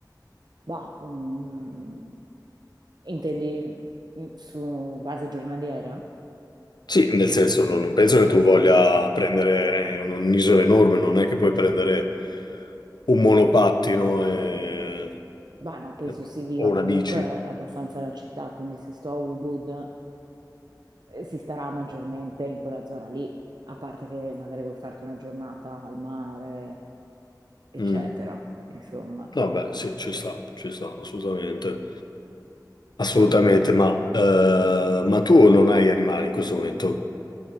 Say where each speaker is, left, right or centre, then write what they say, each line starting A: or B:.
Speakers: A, on the right; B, on the left.
A: Bah, mm, intendi mm, su base giornaliera?
B: Sì, nel senso non, non penso che tu voglia prendere un- un'isola enorme, non è che puoi prendere un monopattino e-
A: Bah, no, penso
B: e-
A: si viva
B: o una
A: comunque
B: bici.
A: abbastanza la città, quindi se sto a Ubud eh, si starà maggiormente in quella zona lì, a parte che magari vuoi farti una giornata al mare, eccetera,
B: Mm.
A: insomma.
B: Vabbè, sì, ci sta, ci sta, assolutamente. Assolutamente,
A: Poi,
B: ma, eh, ma tu non hai animali in questo momento?